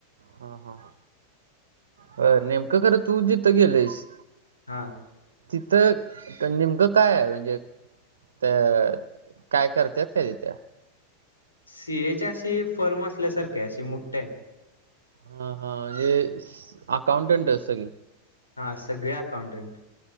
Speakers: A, on the right; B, on the left.
A: हां हां बर नेमकं खरं तू जिथं गेलेयंस
B: हां.
A: तिथं नेमकं काय आहे म्हणजे. तर काय करतात का तिथ.
B: सीएचे अशी फर्म असल्या सारखे अस मुट्टे.
A: हा हा म्हणजे अकाउंटंट आहे सगळी.
B: हा सगळे अकाउंटंट.